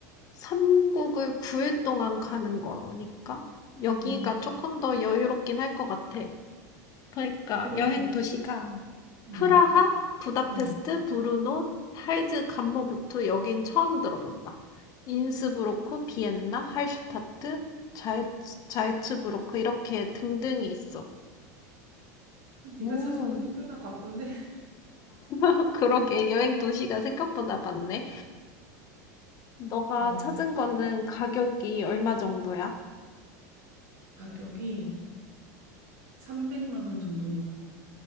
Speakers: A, on the left (about 40°); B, on the right (about 70°).
A: 3국을 9일 동안 가는 거니까 여기가
B: 음,
A: 조금 더 여유롭긴 할 것 같아. 그러니까
B: 그러게.
A: 여행 도시가
B: 응,
A: 프라하, 부다페스트,
B: 응.
A: 브루노, 할즈, 감모구트 여긴 처음 들어본다. 인스브로크, 비엔나, 할슈타트, 자이, 자이츠부르크 이렇게 등등이 있어.
B: 네가
A: 오,
B: 찾은 것도 꽤나 바쁜데, <laughs>
A: <laughs> 그러게 여행 도시가 생각보다 많네. 너가
B: 어,
A: 찾은 거는 가격이 얼마 정도야?
B: 가격이 300만 원 정도인 것 같아.